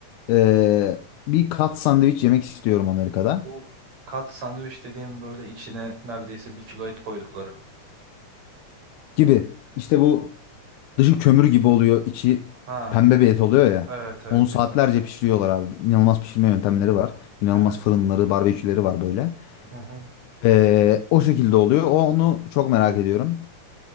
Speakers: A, on the left; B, on the right.
A: eee, bir Cats sandviç yemek istiyorum Amerika'da
B: Bu kat sandviç dediğim böyle içine neredeyse bir kilo et koydukları.
A: gibi. İşte bu Dışı kömür gibi oluyor, içi
B: Ha,
A: pembe bir et oluyor ya.
B: evet evet
A: Onu saatlerce
B: bildim.
A: pişiriyorlar abi. İnanılmaz pişirme yöntemleri var. İnanılmaz
B: Evet.
A: fırınları, barbeküleri var böyle.
B: Hı hı.
A: Ee, o şekilde oluyor. O- Onu çok merak ediyorum.